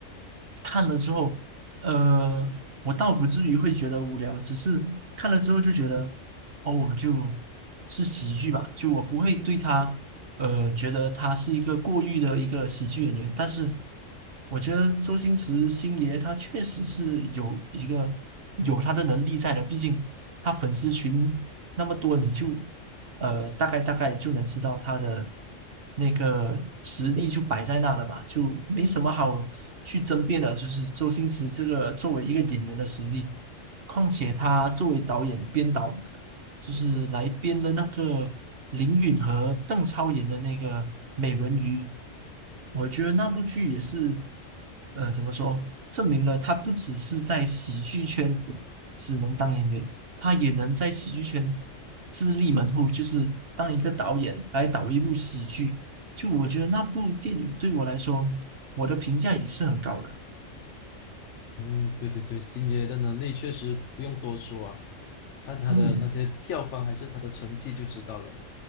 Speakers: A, on the right; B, on the left.
A: 看了之后，呃，我倒不至于会觉得无聊，只是看了之后就觉得，哦，我就是喜剧吧，就我不会对他。呃，觉得他是一个过誉的一个喜剧演员，但是我觉得周星驰星爷他确实是有一个有他的能力在的，毕竟他粉丝群那么多，你就呃大概大概就能知道他的那个实力就摆在那了嘛，就没什么好去争辩的，就是周星驰这个作为一个演员的实力，况且他作为导演编导。就是来编了那个林允和邓超演的那个《美人鱼》，我觉得那部剧也是，呃，怎么说，证明了他不只是在喜剧圈只能当演员，他也能在喜剧圈自立门户，就是当一个导演来导一部喜剧。就我觉得那部电影对我来说，我的评价也是很高的。
B: 嗯，对对对，星爷的能力确实不用多说啊，看他的那些票房还是他的成绩就知道了。
A: 嗯，